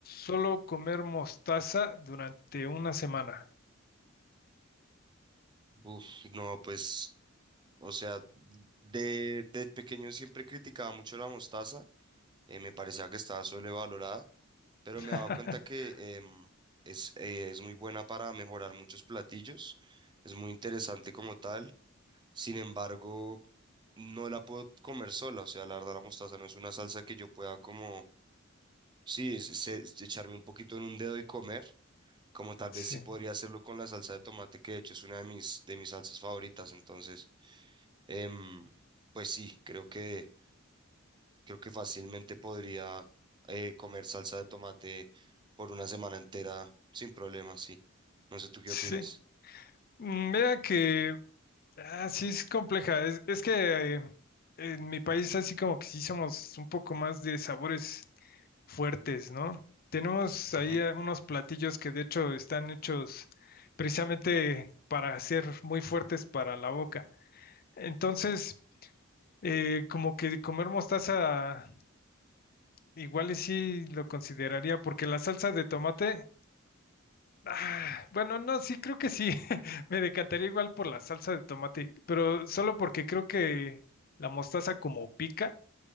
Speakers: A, on the left; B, on the right.
A: solo comer mostaza durante una semana?
B: Uf, no, pues, o sea, de, de pequeño siempre criticaba mucho la mostaza, eh, me parecía que estaba sobrevalorada, pero
A: <laughs>
B: me he dado cuenta que em, es, eh, es muy buena para mejorar muchos platillos, es muy interesante como tal, sin embargo, no la puedo comer sola, o sea, la verdad la mostaza no es una salsa que yo pueda como, sí, es- es- echarme un poquito en un dedo y comer. como tal
A: Sí,
B: vez sí podría hacerlo con la salsa de tomate, que de hecho es una de mis, de mis salsas favoritas. Entonces, em, pues sí, creo que, creo que fácilmente podría eh, comer salsa de tomate por una semana entera sin problema, sí. No sé tú qué
A: sí.
B: opinas.
A: Mm, Vea que Ah, sí, es compleja. Es, es que eh, en mi país así como que sí somos un poco más de sabores fuertes, ¿no? Tenemos
B: Ujú.
A: ahí eh, unos platillos que de hecho están hechos precisamente para ser muy fuertes para la boca. Entonces, eh, como que comer mostaza igual y sí lo consideraría, porque la salsa de tomate Ah, bueno, no, sí, creo que sí. <laughs> Me decantaría igual por la salsa de tomate, pero solo porque creo que la mostaza como pica,